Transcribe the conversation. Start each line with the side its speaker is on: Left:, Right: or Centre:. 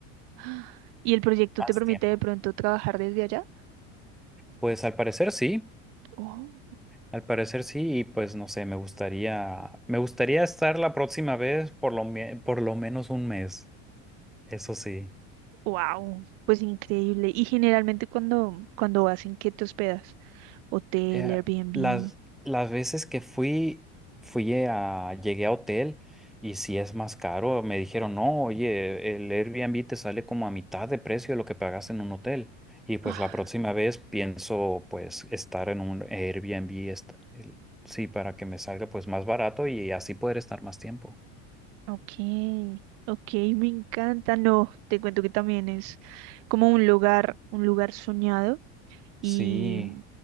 Right: Ah, ¿Y el proyecto
Centre: más
Right: te permite
Centre: tiempo.
Right: de pronto trabajar desde allá?
Centre: Pues al parecer sí.
Right: Oh.
Centre: Al parecer sí, y pues no sé, me gustaría, me gustaría estar la próxima vez por lo, me- por lo menos un mes. Eso sí.
Right: Wow, pues increíble. Y generalmente cuando, cuando vas, ¿en qué te hospedas? Hotel,
Centre: Eh,
Right: Airbnb.
Centre: las, las veces que fui, fui a, llegué a hotel y si es más caro, me dijeron, no, oye, el Airbnb te sale como a mitad de precio de lo que pagas en un hotel. Y pues
Right: Ah,
Centre: la próxima vez pienso pues estar en un Airbnb, est- el- sí, para que me salga pues más barato y así poder estar más tiempo.
Right: ok, ok, me encanta. No, te cuento que también es como un lugar, un lugar soñado
Centre: Sí,
Right: y